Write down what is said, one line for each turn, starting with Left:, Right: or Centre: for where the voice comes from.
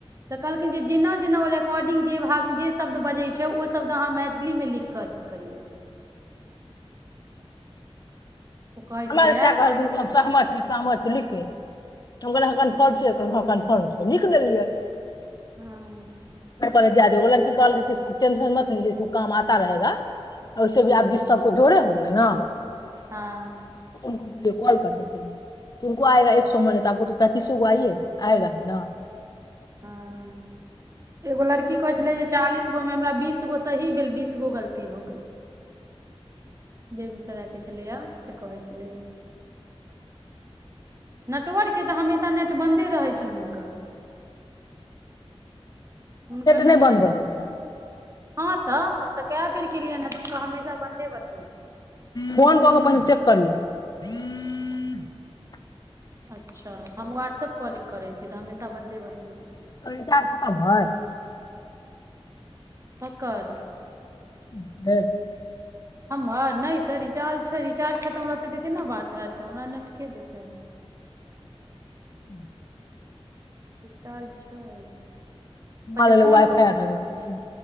Right: त कहखीन जे जेना जेना ओ रेकॉर्डिंग जे भाग जे शब्द बजै छै ओ शब्द अहाँ मैथिलीमे लिख कऽ अथी करियौ ओ कहै
Left: हमर
Right: छलैया
Left: चाचा कहलथिन
Right: कहै छल
Left: कि हम सहम छी सहत छी लिखी हम कहलियै अहाँ कन्फ़र्म छियै हँ कन्फर्म छियै लिख देलियै
Right: हँ
Left: पढ़ै लेल जाय दियौ एगो लड़की कहलकै की तू टेन्शन मत इसमे काम आता रहेगा ओहिसे भी
Right: हूँ
Left: आप जिस सब को जोड़े होंगे न उनको
Right: हँ
Left: बोलिये कॉल करने के लिये उनको आएगा एक सौ मने तऽ आपको पैंतीससोगो आयेगा आयेगा ही न
Right: हँ एगो लड़की कहे छलै जे चालीसगो मे हमरा बीस बीसगो सही भेल बीसगो गलती भऽ गेल बेगूसराय के छलैय से कहै छलैय नेटवर्कके तऽ हमेशा नेट बन्दे रहैत छनि हुनकर हुनकर नेट
Left: नहि बन्द
Right: कखनो
Left: रहै छै
Right: हँ तऽ हम तऽ कए बेर केलियैन हुनका हमेशा बन्दे बतबै
Left: फोन कऽ कऽ पहिने चेक <unintelligible>
Right: अच्छा हम व्हाट्सऐप कॉलिंग करै छी तऽ हमेशा बन्दे बतबै
Left: ओ रिचार्ज खतम है
Right: ककर
Left: <unintelligible>
Right: हमर नहि तऽ रिचार्ज छै रिचार्ज खतम रहतै तऽ केना बात हैत हमरा नेटके देतै
Left: <unintelligible>
Right: रिचार्ज छै
Left: हमरा
Right: पहिले
Left: लागैय
Right: फोन
Left: वाइफाइ
Right: कऽ के पूछियौ
Left: आर लगेने
Right: हुनका।
Left: छियै